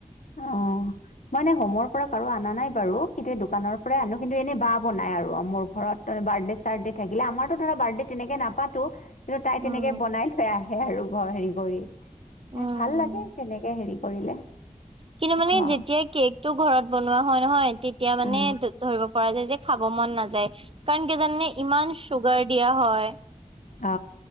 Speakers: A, on the left; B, on the right.
A: অঁ। মই এনে হোমৰ পৰা কাৰো আনা নাই বাৰু। কিন্তু এই দোকানৰ পৰাই আনো কিন্তু এনে বা বনাই আৰু মোৰ ঘৰত। ত বাৰ্থডে-চাৰ্থডে থাকিলে। আমাৰটো ধৰা বাৰ্থডে তেনেকে নাপাতো। কিন্তু তাই
B: উম
A: তেনেকে বনাই লৈ আহে আৰু ঘৰ হেৰি কৰি।
B: উম
A: ভাল
B: উম
A: লাগে তেনেকে হেৰি কৰিলে।
B: কিন্তু মানে
A: ঘৰ
B: যেতিয়া কেকটো ঘৰত বনোৱা হয় নহয়, তেতিয়া মানে
A: উম
B: ধৰিব পৰা যায় যে খাব মন নাযায়। কাৰণ কিয় জানানে ইমান চুগাৰ দিয়া হয়।
A: অ!